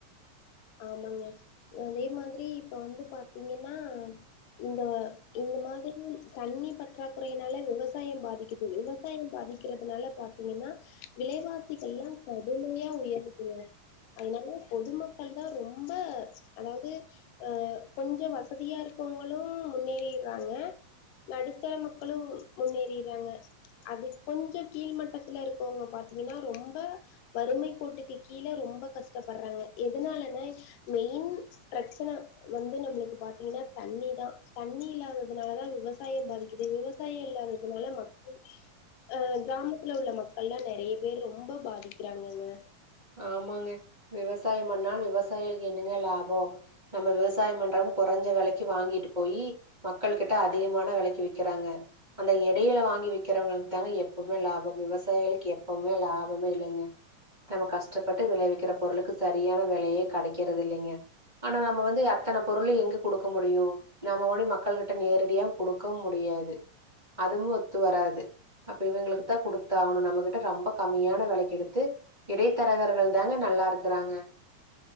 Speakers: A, on the left; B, on the right.
A: ஆமாங்க அதே மாதிரி இப்ப வந்து பாத்தீங்கனனா இந்த இந்த மாதிரியு தண்ணி பற்றாக்குறையினால விவசாயம் பாதிக்கு இந்த விவசாயம் பாதிக்கிறதுனால பாத்தீங்கனா விலைவாசிகல்லா கடுமையா உயரத்துள்ள அதனால பொதுமக் கள் தா ரொம்ப அதாவது ஆ கொஞ்சோ வசதியா இருக்கவங்களு முன்னேறிடுறாங்க நடுத்தர மக்களு முன்னேறிறாங்க அதுக் கொஞ்சோ கீழ் மட்டத்துல இருக்கவங்க பாத்தீங்கன்னா ரொம்ப வறுமை கோட்டுக்கு கீழ ரொம்ப கஷ்டப்படுறாங்க எதுனாலன மெயின் பிரச்சன வந்து நம்மளுக்கு பாத்தீங்கன்னா தண்ணி தா தண்ணி இல்லாததுனால தா விவசாயம் பாதிக்குது விவ சாயம் இல்லாததுனால மக்கள் அ கிராமத்துல உள்ள மக்கள்ல்லா நெறைய பேர் ரொம்ப பாதிக்கிறாங்கங்க
B: ஆமாங்க விவசாயம் பண்ணா விவசாயிகளுக்கு என்னங்க லாபோ நம்ம விவசாயம் பண்றவங்க கொறஞ்ச வெலைக்கு வாங்கிட்டு போயி மக்கள்கிட்ட அதிகமான வெலைக்கு விக்கிறாங்க அந்த எடையில வாங்கி வக்கிறவங்களுக்கு தாங்க எப்பவுமே லாபம் விவசாயிகளுக்கு எப்பவுமே லாபமே இல்லைங்க நம்ம கஷ்டப்பட்டு விளைவிக்கிற பொருளுக்கு சரியான விலையே கிடைக்கிறது இல்லைங்க ஆனா நம்ம வந்து அத்தன பொருளையு எங்க கொடுக்க முடியும் நம்ம கொண்டி மக்கள்கிட்ட நேரடியா கொடுக்கவு முடியாது அதுவும் ஒத்து வராது அப்ப இவங்களுக்கு குடுத்தாகணும் நம்மகிட்ட ரொம்ப கம்மியான வெலைக்கு எடுத்து இடைத்தரகர்கள் தாங்க நல்லாருக்குறாங்க